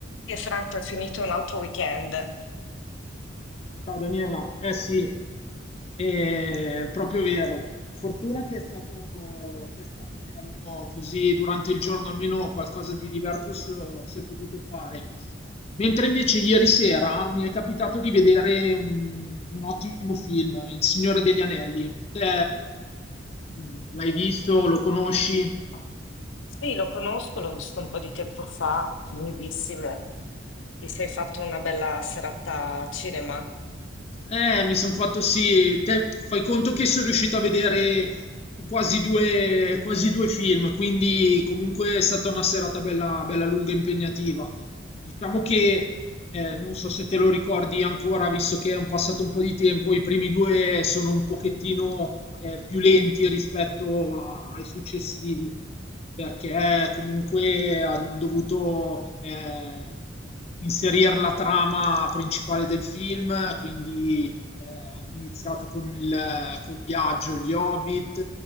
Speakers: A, on the left; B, on the left.
A: E Franco è finito un altro weekend.
B: Ciao Daniela, eh sì, è proprio vero. Fortuna che è stato, che è stato bello, così durante il giorno almeno qualcosa di diverso si è potuto fare. Mentre invece ieri sera mi è capitato di vedere un, un ottimo film, Il Signore degli Anelli. Te, mh, l'hai visto, lo conosci?
A: Sì, lo conosco, l'ho visto un po' di tempo fa, lunghissimo. Ti sei fatto una bella serata a cinema?
B: Eh, mi sono fatto sì, te fai conto che sono riuscito a vedere quasi due, quasi due film, quindi comunque è stata una serata bella, bella lunga e impegnativa. Diciamo che, eh, non so se te lo ricordi ancora, visto che è un passato un po' di tempo, i primi due sono un pochettino, eh, più lenti rispetto a- ai successivi perché eh, comunque hanno dovuto eh, inserire la trama principale del film, quindi eh, hanno iniziato con il col viaggio, gli Hobbit,